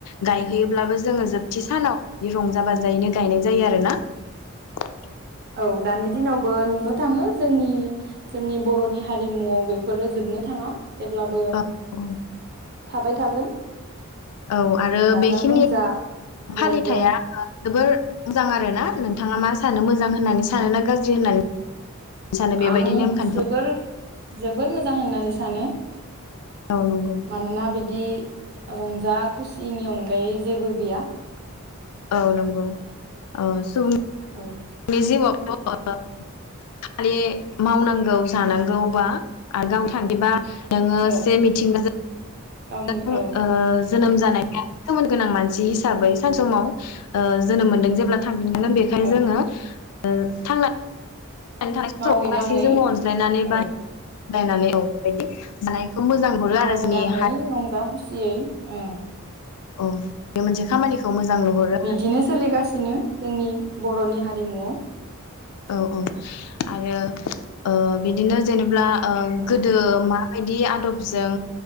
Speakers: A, on the left; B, on the right.
A: गायहैयोब्लाबो ज जोङो जोबथि सानाव रंजा बाजायैनो गायनाय जायो आरो ना ।
B: औ दानि दिनावबो नुनो थाङो जोंनि जोंनि बर'नि हारिमुआव बेफोरो जोबनो थाङा । जेब्लाबो
A: औ
B: थाबाय थागोन
A: औ आरो
B: गाजा
A: बेखिनि
B: गोमजा बयबो
A: फालिथाया जोबोर मोजां आरोना । नोंथाङा मा सानो मोजां होननानै सानो ना गाज्रि होननानै सानो बेबायदि
B: आं
A: नेमखान्थि
B: जोबोर जोबोर मोजां होननानै सानो ।
A: औ नंगौ
B: मानोना बिदि रंजा खुसिनि अनगायै जेबो गैया ।
A: औ नंगौ औ सुबुं
B: औ
A: नि जिउआवथ' खालि मावनांगौ जानांगौ बा <unintelligible> नोङो
B: औ
A: से मिथिंगाजों
B: गावनि
A: <unintelligible>
B: औ
A: जोनोम जानाया सोमोन गोनां मानसि हिसाबै सान समाव ओ जोनोम मोनदों जेब्ला थांफिनगोन बेखायनो जोङो
B: औ
A: ओ थांना नै थानाय
B: मावै
A: समाव गासै
B: दाङै
A: जोंबो अनज्लायनानै
B: औ
A: बा नायनानै औ <unintelligible> खौ मोजां हरो
B: मावै
A: आरो जोंनि
B: दाङै
A: हा
B: रंजा खुसियै ओं
A: औ बे मोनसे खामानिखौ मोजां नुहरो
B: बिदिनो सोलिगासिनो जोंनि बर'नि हारिमुआव
A: औ औ आरो ओ बिदिनो जेनेब्ला ओ
B: औ
A: गोदो मा माबायदि आदबजों